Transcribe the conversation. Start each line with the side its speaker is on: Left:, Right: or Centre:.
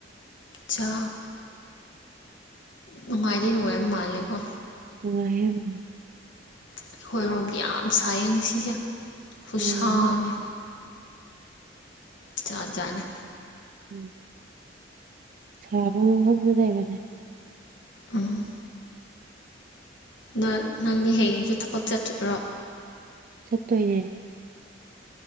Left: ꯆꯥ ꯅꯨꯡꯉꯥꯏꯗꯤ ꯅꯨꯡꯉꯥꯏꯕꯥ ꯃꯥꯜꯂꯦꯀꯣ
Right: <inaudible>
Left: ꯑꯩꯈꯣꯏꯔꯣꯝꯗꯤ ꯌꯥꯝ ꯁꯥꯏꯌꯦ ꯉꯁꯤꯁꯦ ꯈꯨꯠꯁꯥ
Right: ꯎꯝ
Left: ꯑꯝꯅꯦ ꯖꯥꯠ ꯖꯥꯠꯅꯤ
Right: ꯎꯝ ꯁꯥꯕ ꯃꯐꯝꯁꯨ ꯂꯩꯕꯅꯦ
Left: ꯎꯝ ꯅꫭꯏ ꯅꯪꯗꯤ ꯍꯌꯦꯡꯁꯨ ꯊꯕꯛ ꯆꯠꯇꯣꯏꯔꯣ
Right: ꯆꯠꯇꯣꯏꯅ°